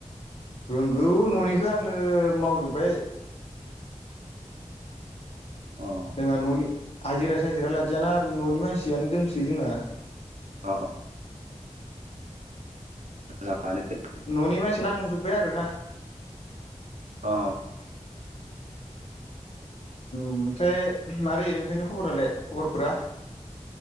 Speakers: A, on the left; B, on the right.
A: रोंगौ न'निखौ आंनो मावजोब्बाय
B: अ
A: जोंहा न'नि हाजिरा साजिरा लादियाना न'नि मानसियानो दंसै जों आरो
B: अ मोजांङानो दे
A: न'नि मानसि नांजोब्बाय आरो ना
B: अ
A: ओमफ्राय मारै नोंथांनि खबरालाय खबरफोरा